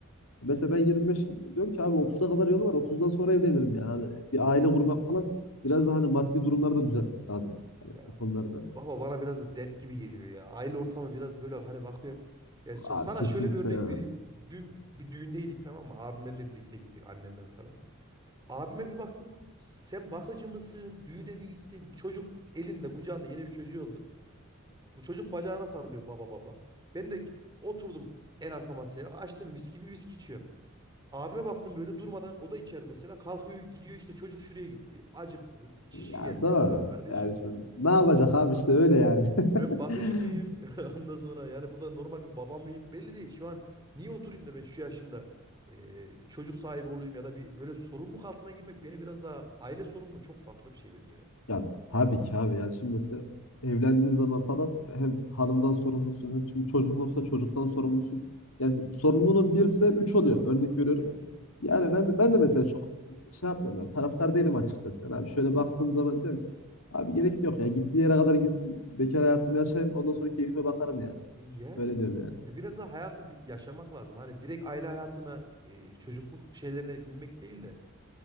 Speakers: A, on the left; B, on the right.
A: Mesela ben yirmi beşim Diyorum ki abi 30'a kadar yolu var. otuzdan sonra evlenirim yani. Hani bir aile kurmak falan biraz da hani maddi durumları da düzeltmek lazım
B: Ya
A: bu konularda.
B: baba bana biraz da dert gibi geliyor ya. Aile ortamı biraz böyle hani bakıyorum. Ya s-
A: Abi
B: sana
A: kesinlikle
B: şöyle bir örnek
A: ya.
B: vereyim. Dün bir düğündeydik tamam mı? Abimlerle birlikte gittik annemle falan. Abime bir baktım. Sen bakıcı mısın? Düğüne mi gittin? Çocuk elinde kucağında yeni bir çocuğu oldu. Bu çocuk bacağına sarılıyor baba baba. Ben de oturdum en arka masaya. Açtım viskimi viski içiyorum. Abime baktım böyle durmadan o da içer mesela. Kalkıyor gidiyor işte çocuk şuraya gitti. Acıktı. Çişi
A: Ya
B: geldi.
A: doğru.
B: La kardeşim.
A: Yani şimdi ne yapacak abi işte öyle yani. <laughs>
B: Ben bakıcı mıyım? <laughs> Ondan sonra yani burada normal bir baba mıyım? Belli değil. Şu an niye oturayım da ben şu yaşımda e, bir çocuk sahibi olayım ya da bir böyle sorumluluk altına girmek beni biraz daha aile sorumluluğu çok farklı bir şey bence ya.
A: Ya tabii ki abi yani şimdi mesela evlendiğin zaman falan hem hanımdan sorumlusun hem şimdi çocuk
B: Hı hı.
A: olursa çocuktan sorumlusun. Yani sorumluluğun birse üç oluyor örnek
B: E,
A: veriyorum.
B: Yani
A: Yani ben de, ben de mesela çok şey yapmıyorum yani taraftar değilim açıkçası. Yani abi
B: hı
A: şöyle
B: hı.
A: baktığım zaman diyorum ki abi gerek yok ya gittiği yere kadar gitsin bekar hayatımı yaşayayım ondan sonra keyfime bakarım yani.
B: E, yani
A: Böyle diyorum yani.
B: e, biraz daha hayatı bir yaşamak lazım. Hani direkt aile hayatına e, çocukluk şeylerine inmek değil de